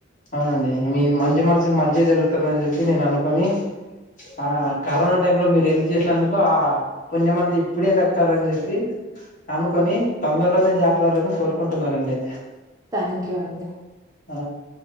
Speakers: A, on the left; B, on the right.
A: అవునండి మీ మంచి మనసుకి మంచి జరుగుతుందిని చెప్పి నేను అనుకోని ఆ కరోనా టైం లో మీరు హెల్ప్ చేసినందుకు ఆ పుణ్యమఅంత ఇప్పుడే ద కాలని చెప్పి అనుకొని తొందరలోనే జాబ్ రావాలని కోరుకుంటున్నానండి
B: థ్యాంక్ యూ అండి.
A: ఆ